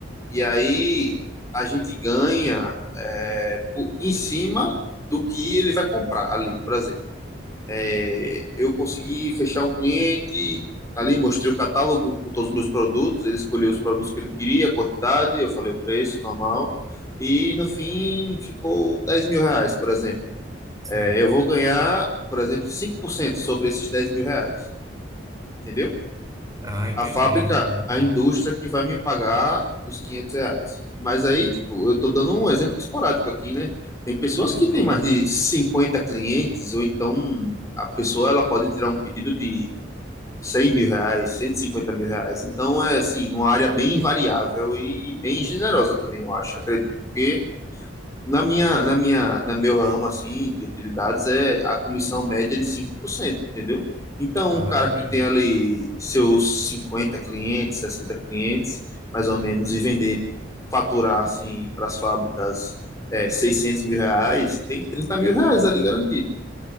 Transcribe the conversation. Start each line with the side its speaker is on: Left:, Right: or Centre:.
Left: E aí a gente ganha é, por- em cima do que ele vai comprar ali, por exemplo. É, eu consegui fechar um cliente ali, mostrei o catálogo com todos os meus produtos, ele escolheu os produtos que ele queria, a quantidade, eu falei o preço normal, e no fim ficou 10 mil reais, por exemplo.
Right: sim.
Left: É, eu vou ganhar, por exemplo, 5% sobre esses 10 mil reais, entendeu?
Right: Ah, entendi.
Left: A fábrica,
Right: Não, realmente.
Left: a indústria que vai me pagar os 500 reais. Mas aí, tipo, eu tô dando um exemplo esporádico aqui, né? Tem pessoas
Right: Sim,
Left: que têm
Right: claro.
Left: mais de 50 clientes, ou então a pessoa ela pode tirar um pedido de 100 mil reais, 150 mil reais. Então é assim, uma área bem variável e bem generosa também, eu acho, acredito, porque na minha, na minha, na meu ramo assim de utilidades é a comissão média é de 5%, entendeu? Então,
Right: Ah,
Left: um cara
Right: entendi.
Left: que tem ali seus 50 clientes, 60 clientes, mais ou menos, e vender, faturar assim para as fábricas é, 600 mil reais, tem 30 mil reais ali garantido.